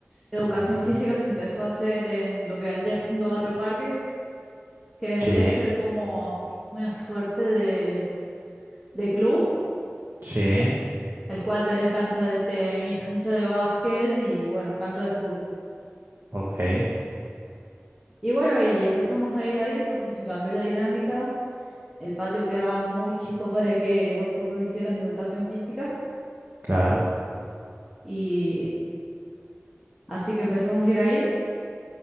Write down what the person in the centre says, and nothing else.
Educación
física se empezó a hacer en lo que vendría siendo Barrio Parque, que vendría
a ser como una suerte de, de club,
el cual tenés cancha de tenis, cancha de básquet y bueno, cancha de fútbol.
Y bueno, y empezamos a ir ahí porque se cambió la dinámica. El patio quedaba muy chico para que dos cursos hicieran educación física
y así que empezamos a ir ahí.